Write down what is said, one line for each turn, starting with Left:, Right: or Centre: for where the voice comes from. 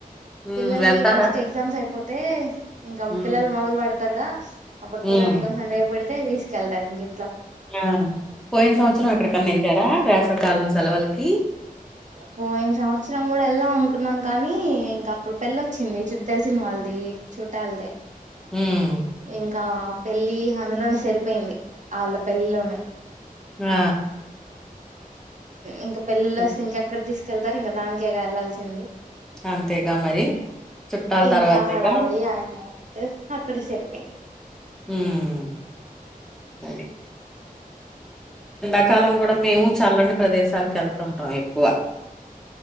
Centre: హ్మ్
Right: పిల్లల్లి
Centre: వెళ్తారా
Right: ఫస్ట్ ఎగ్జామ్స్ అయిపోతే ఇంకా
Centre: హ్మ్
Right: పిల్లలు మొదలు పెడతారుగా అప్పుడు
Centre: హ్మ్
Right: పిల్లల కంటినే అని వెళ్తే తీసుకెళ్తా ఇంకే
Centre: ఆ పోయిన సంవత్సరం అక్కడికన్నా వెళ్ళారా వేసవ కాలం సెలవలకి
Right: పోయిన సంవత్సరం కూడా వెళ్దాం అనుకున్నాం కానీ ఇంక అప్పుడు పెళ్ళ వచ్చింది తెలిసిన వాళ్ళది చూట్టాలదే
Centre: హ్మ్మ్
Right: ఇంకా పెళ్ళి అందులోనే సరిపోయింది అలా పెళ్లిలోనే
Centre: ఆ!
Right: ఇంకా పెళ్ళిళ్ళ
Centre: హ్మ్.
Right: వస్తే ఇంకెక్కడ తీసుకు కెళ్తారు ఇంకా దానినికే కదా వెళ్లాల్సింది
Centre: అంతేగా మరి చుట్టాల
Right: ఇంకా
Centre: తర్వాతేగా
Right: హడావుడి ఆయన అక్కడే సరిపోయింది
Centre: హ్మ్మ్ అది చకాలం కూడా మేము చల్లని ప్రదేశాలకు వెళ్తు ఉంటాం ఎక్కువ